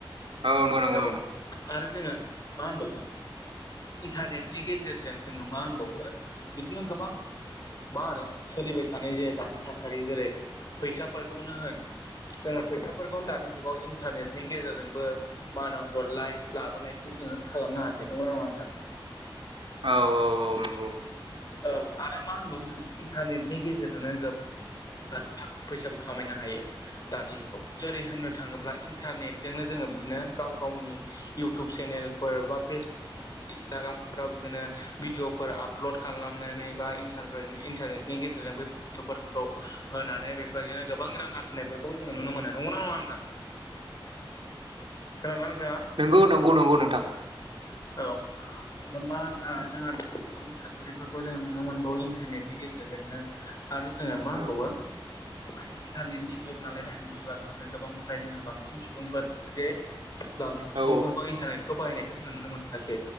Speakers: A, on the right; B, on the left.
A: औ नंगौ नंगौ
B: औ
A: नोंथां
B: आरो जोंङो मा होनबावो इन्टारनेटनि गेजेरजों जोङो मा होनबावो बिदिनो गोबां मा होनो सोलिबाय थानाय जे दानि थासारि जेरै फैसाफोरखौनो होन जोङो फैसाफोरखौ दानि जुगाव इन्टारनेटनि गेजेरजोंबो मानाव हरलाय लाबोलायखौ जोङो खालामनो हासै नंगौना नङा नोंथां
A: औ औ। औ नंगौ
B: औ आरो मा होनबावो जोङो इन्टारनेटनि गेजेरजोंनो गो थाखा फैसाबो खामायनो हायो। दानि जुगाव जेरै होननो थाङोब्ला इन्टारनेटजोंनो जोङो बिदिनो गाव गावनि इउटुब चेनेलफोर बा फेसबुक इन्सटाग्रामफोराव बिदिनो भिडिअफोर आब आबलद खालामनानै बा इनटारफोरनि इनटारनेटनि गेजेरजों बैफोर होनानै बेफोरजोंनो गोबां रां आरजिनायफोरखौबो जोङो नुनो मोनो नंगौना नङा नोंथां? खोनादोंना नोंथाङा?
A: नंगौ नंगौ नंगौ नोंथां।
B: औ ओमफ्राय मा ओ जोंहा बिदिनो गोबां थासारिफोर जोङो नुनो मोनबावो इन्टारनेटनि गेजेरजोंनो आरो जोङो मा होनबावो
A: औ
B: इन्टारनेटनि जुग नालाय दानि जुगा बिदिनो गोबां फ्राय जोङो बांसिन सुबुंफोर जे बांसिन सुबुंफोरखौ
A: औ
B: इन्टारनेटखौ बाहायनायखौ जोङो नुनो मोनखासै